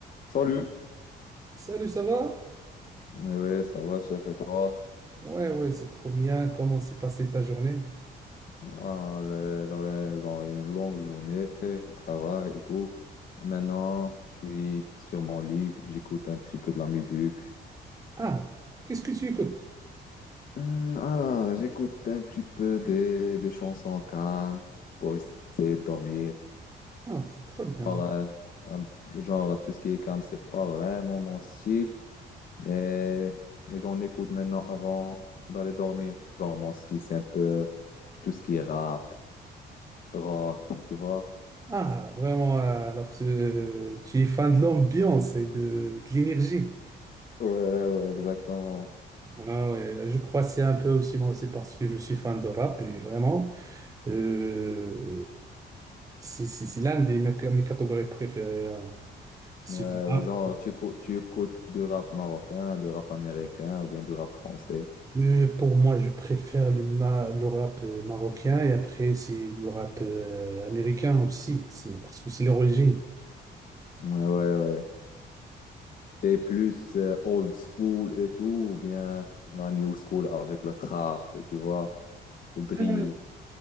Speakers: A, on the left; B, on the right.
A: Salut.
B: Salut, ça va?
A: Oui, ça va, chef, et toi?
B: Ouais, ouais, c'est trop bien. Comment s'est passée ta journée?
A: Voilà, j'ai- j'avais genre une longue journée au travail et tout. Et maintenant, je suis sur mon lit, j'écoute un petit peu de la musique.
B: Ah, qu'est-ce que tu écoutes?
A: Hmm, Alors, j'écoute un petit peu des, des chansons calmes pour essayer de dormir.
B: Ah, c'est trop bien.
A: Genre, euh, un- genre, tout ce qui est calme, c'est pas vraiment mon style, mais, mais j'en écoute maintenant avant d'aller dormir. Genre, mon style, c'est un peu tout ce qui est rap, rock, tu vois.
B: Ah, vraiment, alors euh, tu es fan de l'ambiance et de, de l'énergie.
A: Ouais, ouais, exactement.
B: Ah ouais, je crois que c'est un peu aussi moi aussi parce que je suis fan de rap et vraiment, euh, c'est c'est- c'est l'un des mes, mes catégories préférées. hein. C'est
A: Euh,
B: le rap.
A: ouais, genre, tu, écou- tu écoutes du rap marocain, du rap américain ou bien du rap français.
B: Euh, pour moi, je préfère le, ma le rap euh, marocain et après, c'est le rap euh, américain aussi. C'est parce que c'est leur origine.
A: Ouais, ouais. ouais. T'es plus euh, old school et tout, ou bien la new school avec le trap, tu vois, le drill.
B: Euh,